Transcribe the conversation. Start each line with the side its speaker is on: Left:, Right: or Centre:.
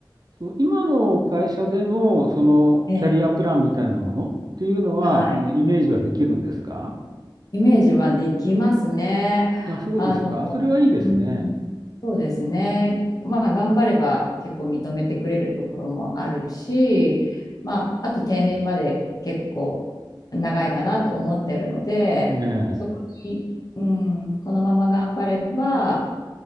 Right: そう今の会社での、その、
Left: ええ、
Right: キャリアプランみたいなものっていうのは、
Left: はい。
Right: あの、イメージはできるんですか
Left: イメージはできますね。
Right: あ、そうですか。
Left: あの、
Right: それはいいですね。
Left: うん、そうですね。まあ、頑張れば結構認めてくれるところもあるし、まあ、あと定年まで結構長いかなと思ってるので、
Right: ええ。
Left: そこに、うん、このまま頑張れば、